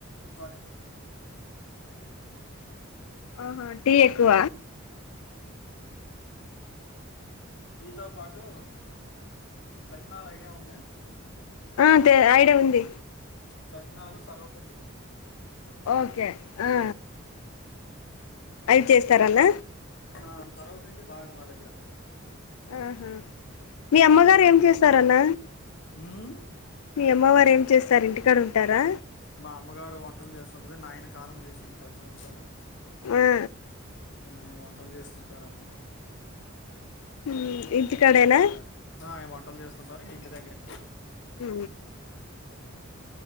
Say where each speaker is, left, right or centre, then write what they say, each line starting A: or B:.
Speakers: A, on the left; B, on the left.
A: స్వారి
B: ఆహ టీ ఎక్కువ
A: హ టీ తో పాటు సైజనాాల ఐడియా ఉంద
B: ఆ తె ఐడియా ఉంది
A: చకినాలు సర్వపిండి
B: ఓకె ఆ అయి చేస్తారన్న
A: ఆ సరవపిిండి బాగ మా దగ్గర
B: ఆహ మీ అమ్మగారు ఏం చేస్తారన్న
A: మ్
B: మీ అమ్మవార్ ఏం చేస్తారు ఇంటికాడ ఉంటారా
A: మా అమ్మగారు వంటలు చేస్తుండది నాయన కారం చేసిడి పరిస్థితి సంవత్సరాల
B: ఆ
A: ఆ వంటలు చేస్తుంటారమ్మా
B: మ్మ్ ఇంటికాడేనా
A: ఇంక ఆ ఆయ వంటలు చేస్తుంటారు ఇంటి దగ్గరే
B: హు
A: ఉ